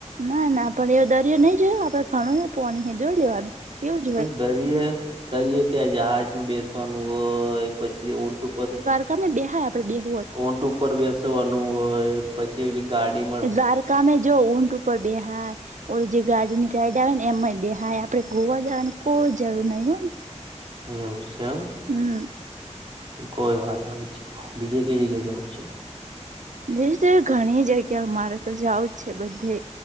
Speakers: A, on the right; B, on the right.
A: ના ના પણ એવો દરિયો નહી જોયો આપડે ઘણું ને પોણી જોોઈ લેવાનું એવું જ હોય.
B: દરયે દરીયે ત્યાં જહાજમાં બેસવાનું હોય પછી ઉર્દું પર.
A: તમે બેહાય આપડે દ.
B: ઓટ ઉપર બેસવાનું હોય પછી એલી ગાડી.
A: દ્વારકામે જો ઊંટ ઉપર બે હાૈ ઓ જે ગાડી નીટઇડ. આવે ને એમમાંય બેહાય આપડે ગોવા જવાની કોઈ જરૂર નહીં હોય ને.
B: એવું છે એમ.
A: હમ.
B: કોઈ વાંધો નની બીજે કઈ જગ્યા જવું છે.
A: ભીજ તો ઘણી જગ્યા મારે તો જાવ જ છે, બધે.